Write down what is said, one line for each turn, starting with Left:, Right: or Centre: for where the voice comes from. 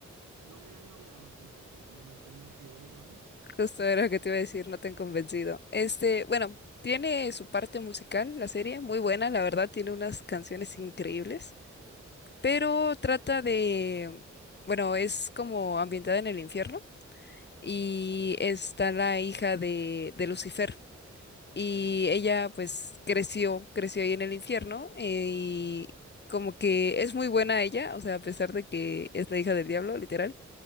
Right: no me han hablado así tal cual, no me han convencido, digamos.
Left: Justo era lo que te iba a decir, no te han convencido. Este, bueno, tiene su parte musical, la serie, muy buena, la verdad, tiene unas canciones increíbles, pero trata de, bueno, es como ambientada en el infierno y está la hija de, de Lucifer y ella pues creció, creció ahí en el infierno eh, y como que es muy buena ella, o sea, a pesar de que es la hija del diablo, literal